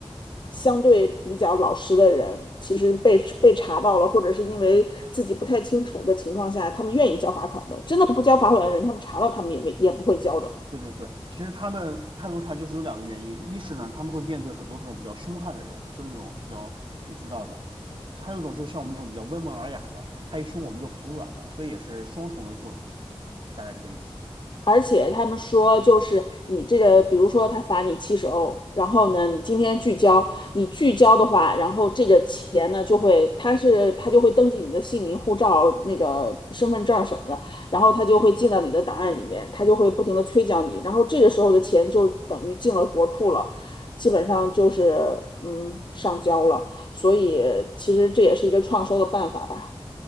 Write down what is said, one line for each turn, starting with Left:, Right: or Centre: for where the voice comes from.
Left: 相对比较老实的人，其实被被查到了，或者是因为自己不太清楚的情况下，他们愿意交罚款的。真的不交罚款的人，他们查到他们也没也不会交的。
Right: 对对对，其实他们态度差就是有两个原因，一是呢，他们会面对很多这种比较凶悍的人，就那种比较你知道的；还有一种就是像我们这种比较温文尔雅的，他一凶我们就服软了，所以也是双重的作用，大概这个意思。
Left: 而且他们说，就是你这个，比如说他罚你七十欧，然后呢，你今天拒交，你拒交的话，然后这个钱呢就会，他是他就会登记你的姓名、护照、那个身份证什么的，然后他就会进到你的档案里面，他就会不停的催缴你，然后这个时候的钱就等于进了国库了，基本上就是嗯上交了，所以其实这也是一个创收的办法吧，